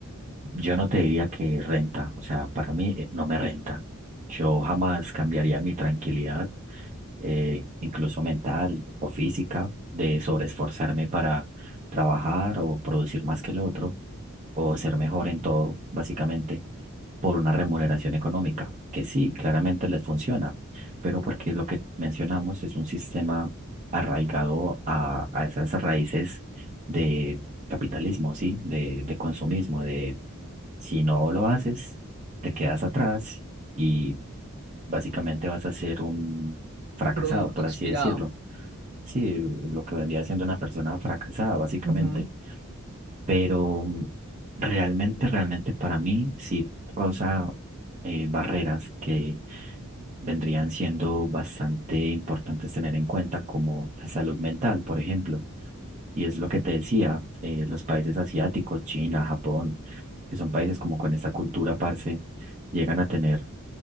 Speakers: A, on the right; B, on the right.
A: Yo no te diría que renta, o sea, para mí eh, no me renta. Yo jamás cambiaría mi tranquilidad, eh, incluso mental o física, de sobreesforzarme para trabajar o producir más que el otro o ser mejor en todo, básicamente, por una remuneración económica, que sí, claramente les funciona, pero porque lo que mencionamos es un sistema arraigado a, a esas raíces de capitalismo, ¿sí? De, de consumismo, de si no lo haces, te quedas atrás y básicamente vas a ser un fracasado,
B: producto
A: por
B: expirado.
A: así decirlo. Sí, lo que vendría siendo una persona fracasada, básicamente.
B: Ujú.
A: Pero mm, realmente, realmente para mí sí rosa eh, barreras que vendrían siendo bastante importantes tener en cuenta, como la salud mental, por ejemplo. Y es lo que te decía, eh, los países asiáticos, China, Japón, que son países como con esta cultura, parce, llegan a tener